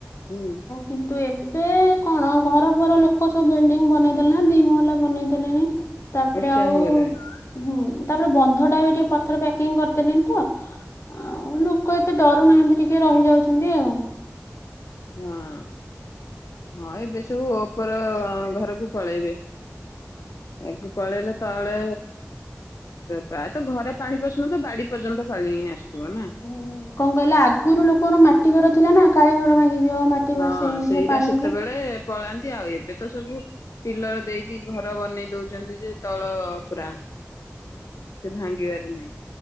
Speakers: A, on the left; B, on the left.
A: ହୁଁ।
B: କିନ୍ତୁ ଏବେ କଣ ଘରଫର ଲୋକ ସବୁ ବିଲିଡିଙ୍ଗି ବନେଇ ଦେଲେଣି ଦି ମହଲା ବନେଇ ଦେଲେଣି। ତାପରେ
A: ଉଚ୍ଚା
B: ଆଉ
A: ହେଇଗଲାଣି
B: ହୁଁ ତାପରେ ବନ୍ଧ ଟା ବି ଟିକେ ପଥର ପ୍ୟାକିଂ କରିଦେଲେଣି ତ। ଆଉ ଲୋକ ଏତେ ଡରୁ ନାହାନ୍ତି ଟିକେ ରହିଯାଉଛନ୍ତି ଆଉ।
A: ହଁ ହଁ ଏବେ ସବୁ ଉପର ଘରକୁ ପଳେଇବେ। ଏକେ ପଳେଇଲେ। ତଳେ ପ୍ରାୟତଃ ଘରେ ପାଣି ପସୁନଥୁବ ବାଡି ପର୍ଯ୍ୟନ୍ତ ପାଣି ଆସୁଥିବ ନା?
B: ହୁଁ କଣ କହିଲା ଆଗରୁ ଲୋକମାନଙ୍କର ମାଟି ଘର ଥିଲା ନା କାଳେ ଘର ଭାଙ୍ଗିଯିବ ମାଟି
A: ହଁ
B: ଭାସେଇ ନେଇଯିବ
A: ସେଇଟା
B: ପାଣି
A: ସେତେବେଳେ
B: ହୁଁ
A: ପଳାନ୍ତି ଆଉ ଏବେ ତ ସବୁ ପିଲର ଦେଇକି ଘର ବନେଇ ଦଉଚନ୍ତି ଯେ ତଳ ପୁରା ସେ ଭାଙ୍ଗିବାରେ ନାଇଁ।